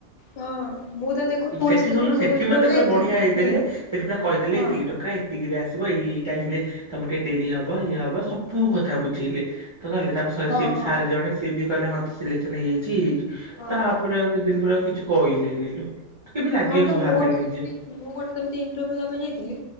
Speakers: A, on the left (about 55°); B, on the right (about 45°).
A: ହଁ ମୁଁ ତ ଦେଖୁନୁ ତୁ ଗୋଟେ
B: ସେଠି ଶୁଣୁନୁ ସେଠି
A: ମୁଁ ଇଣ୍ଟରଭ୍ୟୁ
B: ମତେ ପୁରା
A: ଯାଇଥିଲି
B: ବଢିଆ ହେଇ ଦେଲେ
A: ହୁଁ
B: ସେଠି ପୁରା କହିଦେଲେ
A: ହଁ
B: ଏତିକି ଟଙ୍କା ଏତିକିରେ ଆସିବ ଏଇ ଏଇ ଟାଇମ ରେ ତମେ ଟିକେ ଡେରି ହବ ଇଏ ହବ ସବୁ କଥା ବୁଝେଇଲେ। ତ କହିଲେ ତାପରେ ସ ଥରେ
A: ହଁ
B: ସିଏ
A: ହଁ
B: ବି
A: ହଁ
B: ସାର ଜଣେ ସିଏ ବି କହିଲେ ହଁ ତ ସିଲେକ୍ସନ ହେଇଯାଇଛି ହେଇଯାଇଛି।
A: ହଁ।
B: ତାପରେ ଆଉ କି ଦିନ ପରେ ଆଉ କିଛି କହିଲେନି ଲୋ। ତୁ କେମିତି ଲାଗିବ
A: ହଁ ବା
B: ତୁ
A: ମୋର
B: ଭାବେ
A: ବି
B: ନିଜେ
A: ସେମତି ମୁଁ ଗୋଟେ ସେମତି ଇଣ୍ଟରଭ୍ୟୁ ଦେବା ପାଇଁ ଯାଇଥିଲି।